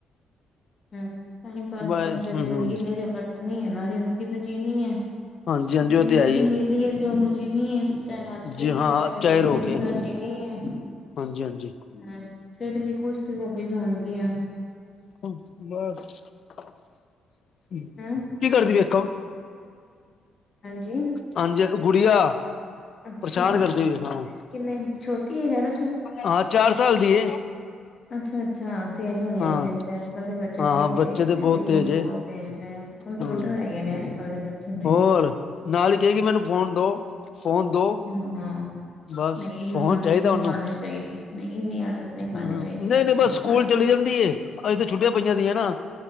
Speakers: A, on the left; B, on the left.
A: ਹੂੰ, ਟਾਈਮ ਪਾਸ
B: ਬਸ
A: ਤੇ ਫਿਰ
B: ਹੂੰ
A: ਜ਼ਿੰਦਗੀ
B: ਹੂੰ
A: ਤੇ ਕੱਟਣੀ ਹੈ ਨਾ, ਜ਼ਿੰਦਗੀ ਤੇ ਜੀਣੀ ਹੈ।
B: ਹਾਂਜੀ ਹਾਂਜੀ
A: ਜੇ
B: ਉਹ
A: ਜ਼ਿੰਦਗੀ
B: ਤੇ ਹੈ ਹੀ
A: ਮਿਲੀ ਹੈ, ਤੇ ਉਹਨੂੰ ਜੀਣੀ ਏ। ਚਾਹੇ ਹੱਸ ਕੇ
B: ਜੀ ਹਾਂ
A: ਜੀਵੇ, ਚਾਹੇ ਰੋਕ
B: ਰੋ
A: ਕੇ ਜੀਵੇ ਜੀਣੀ ਹੈ, ਹੂੰ।
B: ਹਾਂਜੀ ਹਾਂਜੀ
A: ਫੇਰ ਵੀ, ਕੁਛ ਤੇ ਹੋਬੀਜ਼ ਹੋਣਗੀਆਂ।
B: ਬਸ।
A: ਹਮਮ
B: ਕੀ ਕਰਦੀ ਵੇਖੋ,
A: ਹਾਂਜੀ
B: ਹਾਂਜੀ, ਗੁੜੀਆ।
A: ਅੱਛਾ,
B: ਪਰੇਸ਼ਾਨ ਕਰਦੀ ਹੋਈ ਹਾਂ
A: ਕਿੰਨੇ ਛੋਟੀ ਏ ਜਿਆਦਾ।
B: ਹਾਂ, ਚਾਰ ਸਾਲ ਦੀ ਏ।
A: ਅੱਛਾ-ਅੱਛਾ ਤੇਜ਼ ਹੋਣੀ
B: ਹਾਂ
A: ਏ ਫੇਰ ਤੇ, ਅੱਜ ਕੱਲ ਦੇ ਬੱਚੇ
B: ਹਾਂ
A: ਬਹੁਤ
B: ਹਾਂ ਬੱਚੇ
A: ਤੇਜ਼
B: ਤੇ
A: ਨੇ,
B: ਬਹੁਤ
A: ਬਈ
B: ਤੇਜ਼ ਏ
A: ਬਹੁਤ ਤੇਜ ਨੇ। ਹੁਣ ਟਿਊਟਰ
B: ਹਾਂ
A: ਹੈਗੇ ਨੇ, ਅੱਜ ਕਲ ਦੇ ਬੱਚੇ ਦੇ
B: ਹੋਰ ਨਾਲ ਹੀ ਕਹੇਗੀ ਮੈਨੂੰ ਫੋਨ ਦੋ ਫੋਨ ਦੋ।
A: ਹੂੰ।
B: ਬਸ
A: ਨਹੀਂ ਇੰਨੀ
B: ਫੋਨ
A: ਆਦਤ
B: ਚਾਹੀਦਾ
A: ਨਹੀਂ
B: ਉਹਨੂੰ
A: ਪਾਣੀ ਚਾਹੀਦੀ। ਨਹੀਂ ਇੰਨੀ ਆਦਤ ਨਹੀਂ ਪਾਣੀ
B: ਹਮ
A: ਚਾਹੀਦੀ
B: ਨਹੀਂ
A: ਬੱਚੇ
B: ਨਹੀਂ ਬਸ
A: ਨੂੰ।
B: ਸਕੂਲ
A: ਨਾ
B: ਚਲੀ ਜਾਂਦੀ ਏ। ਅਜ ਤਾਂ ਛੁੱਟੀਆਂ ਪਈਆਂ ਦੀਦੀਆਂ ਨਾ।